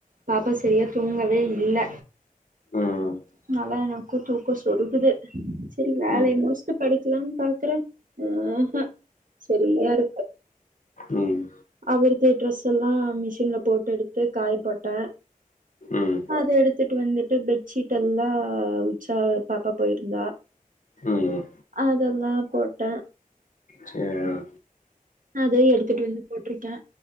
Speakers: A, on the right; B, on the left.
A: பாப்பா சரியா தூங்கவே இல்ல
B: ஆ ம்
A: அனாலா எனக்கு தூக்கோ சொருகுது செரி வேல
B: ம்
A: முடிச்ட்டு படுக்கலான் பாக்குறே ம் ஹூ சரியா இருக்கு
B: ம்
A: அவருது டிரெஸ் எல்லா மிஷின்ல போட்டு எடுத்து காய போட்ட
B: ம் ம்
A: அத எடுத்துட்டு வந்துட்டு பெட்ஷீட் எல்லா உச்சா பாப்பா போயிருந்தா
B: ம்
A: அதெல்லா போட்ட
B: சேர்
A: அதயு எடுத்துட்டு வந்து போட்டிருக்கே